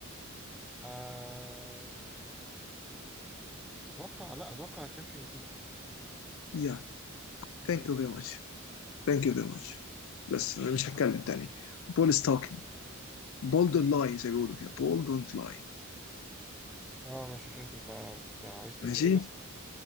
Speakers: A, in the centre; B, on the left (about 65°).
A: آه، اتوقع لا اتوقع تشامبيونز ليج
B: يا
A: اكيد
B: ثانك يو فيري ماتش ثانك يو فيري ماتش بس انا مش هتكلم تاني بول ستوكينج بولد لاي زي ما بيقولوا كده بول دونت لاي
A: اه ماشي فهمت انت بت- عايز تقول
B: ماشي
A: ايه بس